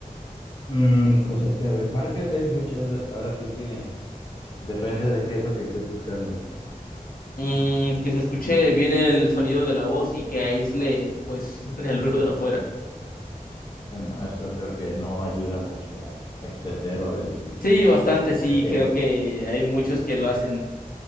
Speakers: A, on the left (about 30°); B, on the left (about 80°).
A: Mm, pues es que, a ver, marcas hay muchas. Ahora sí que. Depende de qué es lo que estés buscando.
B: Mm, que se escuche bien el sonido de la voz y que aísle, pues, <laughs> el ruido de afuera.
A: Bueno, eso creo que no ayuda mucho a extender o reducir.
B: Sí, bastante, sí,
A: Es que,
B: creo que hay muchos que lo hacen.